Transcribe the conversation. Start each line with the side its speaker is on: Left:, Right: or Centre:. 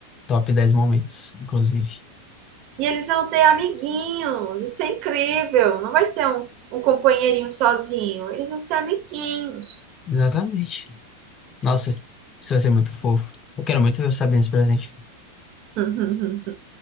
Left: Top dez momentos, inclusive.
Right: E eles vão ter amiguinhos. Isso é incrível. Não vai ser um, um companheirinho sozinho. Eles vão ser amiguinhos.
Left: Exatamente. Nossa, isso vai ser muito fofo. Eu quero muito ver você abrindo esse presente.
Right: <laughs>